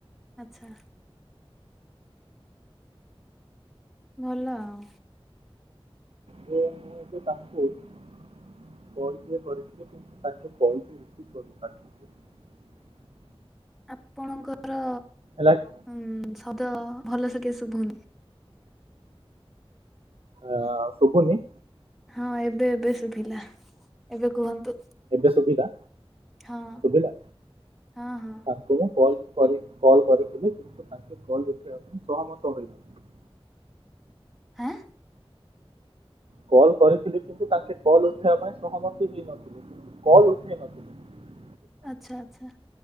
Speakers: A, in the centre; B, on the right.
A: ଆଚ୍ଛା। ଭଲ ଆଉ।
B: ଯେ ମୁଁ ଏବେ ତାଙ୍କୁ <unintelligible>
A: ଆପଣଙ୍କର
B: ହେଲା କି?
A: ଉଁ ଶବ୍ଦ ଭଲସେ କିସି ଶୁଭୁନି।
B: ଆ ଶୁବୁନି।
A: ହଁ ଏବେ ଏବେ ଶୁଭିଲା ଏବେ କୁହନ୍ତୁ।
B: ଏବେ ଶୁଭିଲା
A: ହଁ
B: ଶୁଭିଲା
A: ହଁ ହଁ
B: ତାଙ୍କୁ କଲ କରି କଲ୍ କରିଥିଲି କିନ୍ତୁ ତାଙ୍କେ କଲ୍ ଉଠେଇବା ପାଇଁ ସହମତ ହୋଇନଥିଲେ।
A: ଆଁ!
B: କଲ୍ କରିଥିଲି କିନ୍ତୁ ତାଙ୍କେ କଲ୍ ଉଠେଇବା ପାଇଁ ସହମତି ହେଇ ନଥିଲେ। କଲ ଉଠେଇ ନଥିଲୁ।
A: ଆଛା ଆଛା।